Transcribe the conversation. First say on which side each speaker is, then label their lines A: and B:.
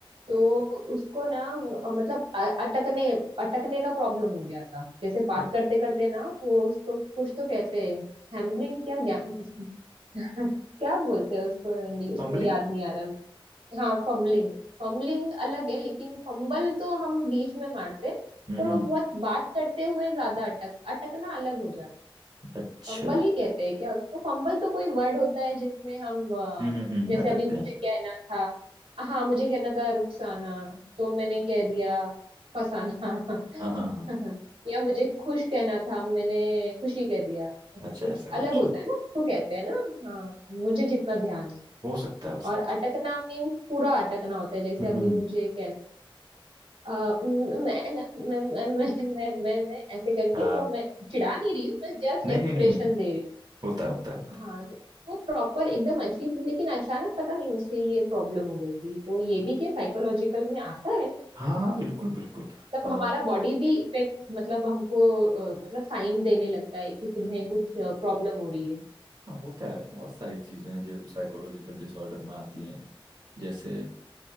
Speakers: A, on the right; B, on the right.
A: तो उसको ना अ, मतलब अ- अटकने अटकने का प्रॉब्लम हो गया था जैसे बात
B: ओ
A: करते करते ना वो उसको कुछ तो कहते हैं हैम्बलिंग क्या गैम- <laughs> क्या बोलते हैं उसको इंग्लिश
B: फंबलिंग
A: में याद नहीं आ रहा है हाँ फम्बलिंग फम्बलिंग अलग है लेकिन फंबल तो हम बीच में मारते
B: हम्म
A: पर
B: हम्म।
A: वो बहुत बात करते हुए ज्यादा अटक अटकना अलग हो जाता है।
B: अच्छा
A: फंबल ही कहते हैं क्या उसको फंबल तो कोई वर्ड होता है जिसमें हम अ,
B: हम्म हम्म हम्म,
A: जैसे
B: अटकते
A: अभी मुझे
B: हैं
A: कहना था हाँ मुझे कहना था रुखसाना तो मैंने कह दिया फसाना
B: हाँ हाँ हाँ
A: <laughs> या मुझे खुश कहना था मैंने खुशी कह दिया ऐसे
B: अच्छा
A: कुछ
B: ऐसा
A: अलग
B: कुछ
A: होता है ना उसको कहते हैं ना हाँ मुझे जितना ध्यान है
B: हो सकता है हो सकता
A: और अटकना
B: है
A: मीन्स पूरा अटकना होता है जैसे
B: हम्म,
A: अभी
B: हम्म।
A: मुझे कहना अ, म- मैं मैं मैं मैं मैं मैं मैं- ऐसे करके
B: आ,
A: वो मैं चिढ़ा नहीं रही हूँ मैं जस्ट
B: नहीं
A: एक्सप्रेशन
B: नहीं नहीं नहीं
A: दे रही हूँ
B: होता है होता है होता
A: हाँ
B: है
A: तो वो प्रॉपर एकदम अच्छी थी लेकिन अचानक पता नहीं उसे ये प्रॉब्लम हो गई थी तो ये भी क्या साइकोलॉजिकल में आता है
B: हाँ हाँ बिल्कुल बिल्कुल
A: मतलब
B: आ,
A: हमारा बॉडी भी इफेक्ट मतलब हमको अ, मतलब साइन देने लगता है कि तुम्हें
B: हम्म,
A: कुछ प्रॉब्लम हो रही है
B: हाँ होता है बहुत सारी चीजें हैं जो साइकोलॉजिकल डिसऑर्डर में आती हैं जैसे